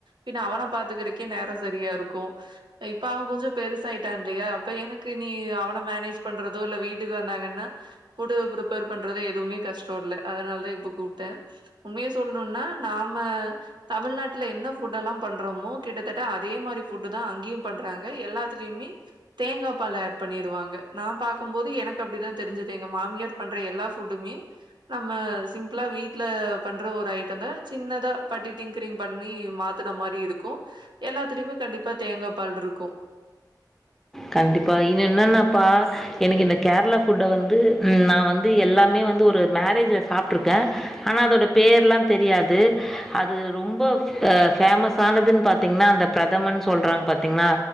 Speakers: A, on the right; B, in the centre.
A: பின்ன அவன பாத்துக்கறக்கே நேரோ சரியாருக்கூ இப்ப அவ கொஞ்சோ பெருசாயிட்டான்ல்லையா அப்ப எனக்கு நீ நீ அவன மேனேஜ் பண்றதோ இல்ல வீட்டுக்கு வந்தாங்கன்னா ஃபுட்டு ப்ரிபேர் பண்றது எதுமே கஷ்டோ இல்ல அதனால் தா இப்ப கூப்ட்டே உண்மைய சொல்ணுன்னா நாம தமிழ்நாட்டுல என்ன ஃபுட்டு எல்லாம் பண்றமோ கிட்டத்தட்ட அதே மாரி ஃபுட்டு தா அங்கியு பண்றாங்க எல்லாத்திலிமே தேங்கா பால் ஏ பண்ணிருவாங்க நா பாக்கம் போது எனக்கு அப்டிதா தெரிஞ்சுது எங்க மாமியார் பண்ற எல்லா ஃபுட்டுமே நம்ம சிம்பிளா வீட்ல பண்ற ஒரு ஐட்டந்தா சின்னதா பட்டி டிங்க்ரிங் பண்ணி மாத்துன மாரி இருக்கு எல்லாத்திலிமே கண்டிப்பா தேங்கா பால் இருக்கு
B: கண்டிப்பா இது என்னன்னாப்பா எனக்கு இந்த கேர்ளா ஃபுட்ட வந்து நா வந்து எல்லாமே வந்து ஒரு மேரேஜ்ல சாப்ட்டுருக்கே ஆனா அதோட பேர்லாந் தெரியாது அது ரொம்ப ஃப் அ ஃபேமஸ் ஆனதுன் பாத்திங்ன்னா அந்த பிரதமன் சொல்றாங் பாத்திங்ளா